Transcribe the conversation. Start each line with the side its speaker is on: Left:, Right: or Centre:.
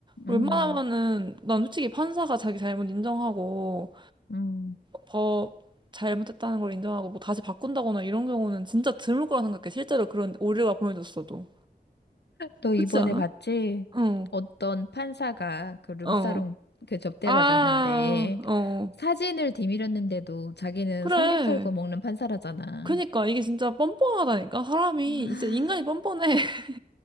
Left: 음,
Right: 웬만하면은 난 솔직히 판사가 자기 잘못 인정하고
Left: 음.
Right: 법 잘못했다는 걸 인정하고 뭐 다시 바꾼다거나 이런 경우는 진짜 드물 거라 생각해. 실제로 그런 오류가 보여졌어도.
Left: 너
Right: 그렇지
Left: 이번에
Right: 않아?
Left: 봤지?
Right: 어,
Left: 어떤 판사가 그 룸사롱
Right: 어.
Left: 그 접대받았는데
Right: 아, 어.
Left: 사진을 뒤밀었는데도 자기는
Right: 그래.
Left: 삼겹살 구워 먹는 판사라잖아.
Right: 그니까 이게 진짜 뻔뻔하다니까 사람이
Left: 아,
Right: 진짜 인간이 뻔뻔해. <laughs>